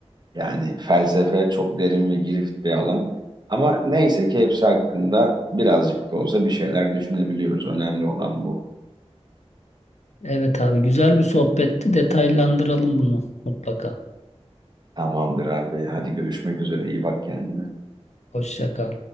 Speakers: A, on the right; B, on the left.
A: Yani felsefe çok derin ve girift bir alan. Ama neyse ki hepsi hakkında birazcık da olsa bir şeyler düşünebiliyoruz. Önemli olan bu.
B: Evet abi güzel bir sohbetti. Detaylandıralım bunu mutlaka.
A: Tamamdır abi. Hadi görüşmek üzere. İyi bak kendine.
B: Hoşça kal.